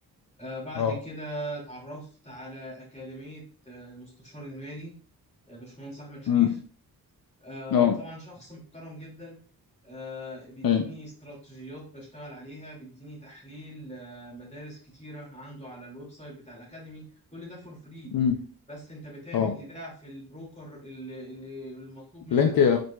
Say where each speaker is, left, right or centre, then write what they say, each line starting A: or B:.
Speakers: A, on the left (about 20°); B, on the left (about 65°).
A: آه بعد
B: اه
A: كده اتعرفت على أكاديمية آه المستشار المالي آه، باشمهندس أحمد شريف
B: امم
A: آه،
B: اه
A: طبعا شخص محترم جدا آه، بيديني
B: ايوه
A: استراتيجيات بشتغل عليها بيديني تحليل آه، مدارس كتيرة عنده على الويب سايت بتاع الأكاديمي كل ده فور فري
B: امم
A: بس انت بتعمل
B: اه
A: ايداع في البروكر اللي, اللي المطلوب منك
B: لينك